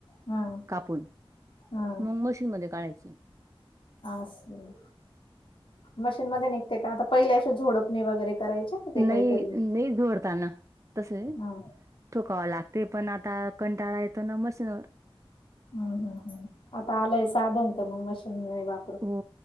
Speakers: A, on the left; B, on the right.
A: हा
B: कापून,
A: हा
B: मूंग मशीन मध्ये काढयचे.
A: आसं, मशीन मध्ये निघते का आता पहिले अशे झोडपणी वगैरे करायचे. ते
B: नाही,
A: काहीतरी
B: नाही, झोडताना तसे,
A: हा हम्म
B: थोकावं लागते पण आता, कंटाळा येतो ना मशीनवर
A: हम्म हम्म हम्म आता आलंय साधन तर मग मशीनमध्ये वा
B: हो